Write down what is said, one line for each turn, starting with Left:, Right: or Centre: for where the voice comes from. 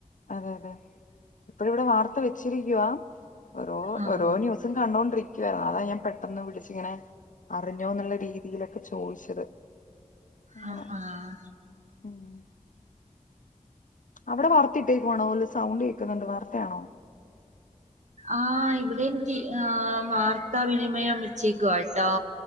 Left: അതെ അതെ ഇപ്പഴും ഇവിടെ വാർത്ത വെച്ചിരിക്കവാ ഓരോ
Right: ആഹ്
Left: ഓരോ ന്യു സ് കണ്ടൊണ്ടിരിക്കുവായിരുന്നു അതാ ഞാൻ പെട്ടെന്ന് വിളിച്ച്ങ്ങനെ അറിഞ്ഞോ എന്നുള്ള രീതിയിലൊക്കെ ചോദിച്ചത് അങ്ങനെ
Right: ആഹ് ആഹ്
Left: ഉം അവിടെ വാർത്ത ഇട്ടേക്ക് വാണോ സൗണ്ട് കേൾക്കുന്നുണ്ട് വാർത്തയാണോ
Right: ആഹ് ഇവിടെ ടീ ആഹ് വാർത്താവിനിമയം വെച്ചേക്കുവട്ടോ